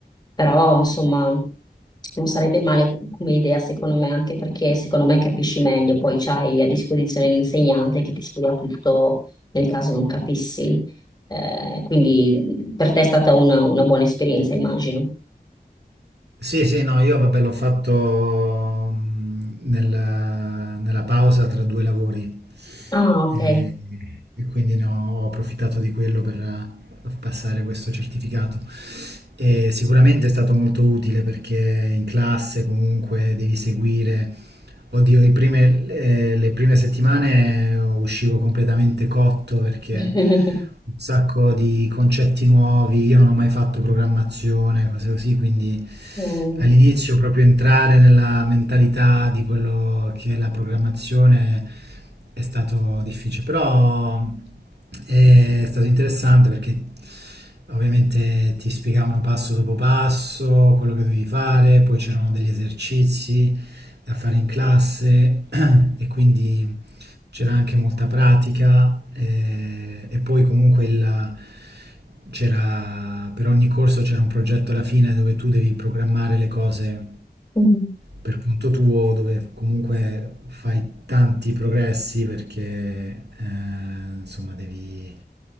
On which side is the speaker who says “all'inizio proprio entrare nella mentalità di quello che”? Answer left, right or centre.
Right